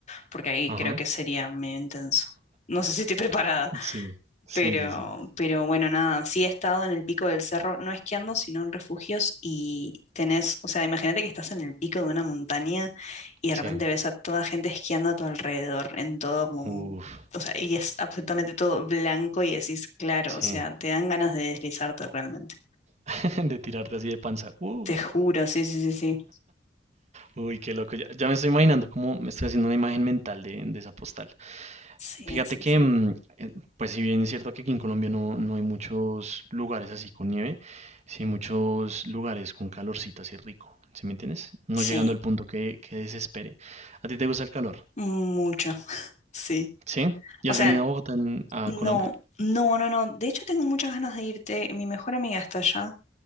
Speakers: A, on the left; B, on the right.
A: porque ahí
B: Ajá,
A: creo que sería medio intenso. No sé si estoy preparada.
B: sí, sí,
A: Pero,
B: sí, sí.
A: pero bueno, nada, sí he estado en el pico del cerro, no esquiando, sino en refugios y tenés, o sea, imagínate que estás en el pico de una montaña y de
B: Sí,
A: repente ves a toda gente esquiando a tu alrededor, en todo como un,
B: uff,
A: o sea, y es absolutamente todo blanco y decís, claro,
B: sí.
A: o sea, te dan ganas de deslizarte realmente.
B: <laughs> De tirarte así de panza. Uh,
A: Te juro, sí, sí, sí, sí.
B: uy, qué loco. Ya, ya me estoy imaginando cómo me estoy haciendo una imagen mental de, de esa postal.
A: Sí,
B: Fíjate
A: sí,
B: que,
A: sí.
B: mm, eh, pues si bien es cierto que aquí en Colombia no, no hay muchos lugares así con nieve, sí hay muchos lugares con calorcito así rico, ¿sí me entiendes? No
A: Sí,
B: llegando al punto que, que desespere. ¿A ti te gusta el calor?
A: mucho, sí.
B: ¿Sí? ¿Y
A: O
B: has
A: sea,
B: venido a Bogotá, en- a
A: no,
B: Colombia?
A: no, no, no. De hecho, tengo muchas ganas de irte. Mi mejor amiga está allá.